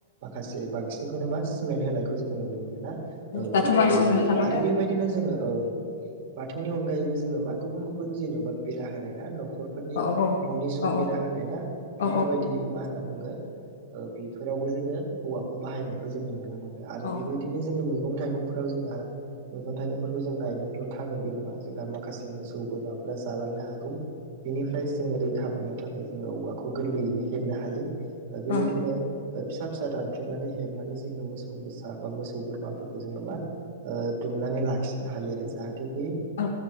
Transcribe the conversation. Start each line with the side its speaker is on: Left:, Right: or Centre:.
Right: माखासे बांसिनखौनो मा सिमेत्त होनायखौ जोङो नुनो मोन ना औ
Left: दाथ'
Right: बे
Left: बांसिन
Right: बे
Left: नुनो
Right: आरोखि
Left: थाङो
Right: आरो बेबायदिनो जोङो औ बाथौनि अनगायैबो जोङो मा गुबुन गुबुन जेन'बा बेरा होनाय ना न' नखरफोरनि
Left: औ
Right: न'नि सब
Left: औ
Right: बेरा होनाय ना
Left: औ
Right: बेफोरबायदि मा होनना बुङो ओ बेफोरावबो जोङो औवाखौ बाहायनायखौ जोङो नुनो मोनो आरो
Left: औ
Right: बेबायदिनो जोङो मै मैगं थाइगंफोराव जोंहा मैगं थाइगंफोरखौ जों गायनानैल' थाङो बे नङा जोंहा मा माखासे मोसौ बोरमाफोरा जालांनो हागौ बेनिफ्राय जोङो रैखा मोननो थाखाय जोङो औवाखौ गोरलैयैनो हेबनो हायो ओ बेबायदिनो
Left: औ
Right: ओह फिसा फिसा दानफ्लेनानै हेबनानै जोङो मोसौ मोसा बा मोसौ बोरमाफोरखौ जोङो मा ओ दुम दुमनानै लाखिनो हायो आरो जाहाथे बै
Left: औ